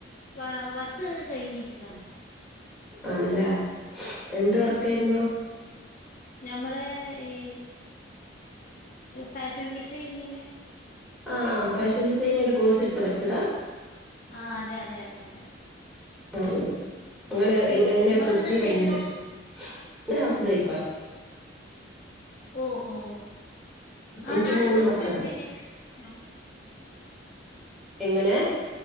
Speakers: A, on the left; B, in the centre.
A: വ വർക്കൊക്കെ കയ്ഞ്ഞിരിക്കാണ്
B: ആണ്ല്ലേ എന്ത് വർക്കായ്രുന്നു
A: നമ്മള് ഈ ഫാഷൻ ഡിസൈനിങ്ങിന്റെ
B: ആ ആ ഫാഷൻ ഡിസൈനിങ്ങന്റെ കോഴ്സ് എടുത്ത് പഠിച്ചതാ
A: ആഹ അതെ അതെ അതെ അതെ
B: അ ശരി നിങ്ങള്
A: നിങ്ങളെന്താ
B: എങ്ങനെ പ്ലസ് ടു കയ്ഞെന്റെഷം
A: ചെയ്യുന്നു?
B: മ്മഞാഹൗസ് ബൈഫ
A: ഓ ഓ ആഹ
B: എനിക്ക്
A: ഞാന്
B: മൂന്ന്
A: പ്ലസ്
B: മക്കളാണ്
A: ടു കയ്ഞ്ഞെന് ആ
B: എങ്ങനെ